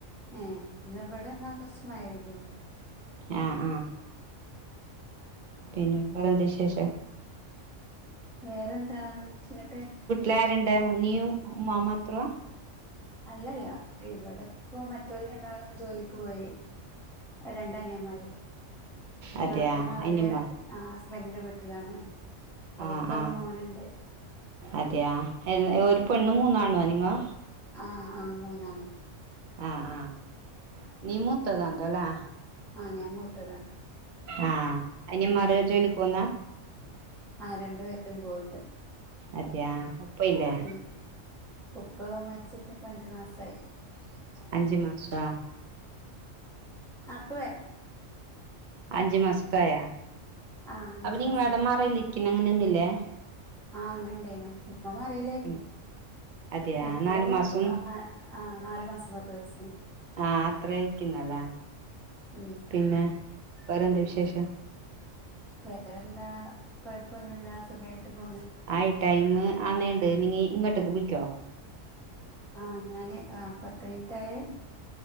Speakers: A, in the centre; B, on the right.
A: ഏഹ് ഇന്ന് ഇവിടെ ന്ന കൊറച്ച് മഴ പെയ്തേന്ന്
B: ആഹ് ആഹ് പിന്നെ എന്തൊണ്ട് വിശേഷം
A: വേറെന്താ എന്നിട്ട്
B: ലാരണ്ട് നീയും ഉമ്മ മാത്ര
A: അല്ലല്ല ഇവിടെപ്പോ മറ്റൊള് രണ്ടാളും ജോലിക്ക് പോയി ആഹ് രണ്ട് അനിയമാര്
B: അതെയ
A: നാത്തൂന് അവരെ
B: അയിനുമ്മ
A: ആഹ് ഹസ്ബൻഡി ന്റെ വീട്ടിലാണ് അവക്കൊരു
B: മ് ആഹ്
A: മോനുണ്ട്
B: അതെയ ഒരു പെണ്ണും
A: ഉം
B: മൂന്നാണുവാ നിങ്ങാ
A: ആഹ് ആഹ് മൂന്നാണും
B: ആഹ് ആഹ് നീ മൂത്തതല്ലേ
A: ആഹ് ഞാൻമൂത്തതാ
B: ആഹ് അനിയമാറ് ജോലിക്ക് പോന്നാ
A: ആഹ് രണ്ട് പേരും പോവ്ണ്ട്
B: അത്യാ ഉപ്പ ഇല്ലേ
A: ഉം ഉപ്പ മരിച്ചിട്ട് പ അഞ്ച് മാസമായി
B: അഞ്ചു മാസാ
A: <unintelligible>
B: അഞ്ച് മാസത്തായാ
A: ആഹ് അഞ്ചു
B: അപ്പ നിങ്ങളവിടെ
A: മാസായി
B: മറല്ലി പിന്നെ അങ്ങനെയൊന്ന്ല്ലേ
A: ആഹ് അങ്ങനണ്ടേനു ഉപ്പ മറിയിലെര്ന്നു
B: ഉം അതെയാ
A: ഇപ്പോ
B: നാലു മാസം
A: ആഹ് ആഹ് നാല് മാസം പത്ത് ദിവസം
B: ആഹ് അത്രയ് ക്കുന്നെല്ലേ
A: ഉം
B: പിന്നെ വറെന്ത് വിശേഷം
A: വേറെന്താ കൊഴ്പ്പൊന്നുല്ല സുഖായിട്ട് പോണ്
B: ആയി ടൈം ആ നീണ്ട് നി ഇങ്ങോട്ടേക്ക് വിള്ക്കോ
A: ആഹ് ഞാന് ആഹ് പത്ത് മിൻറ്റായെ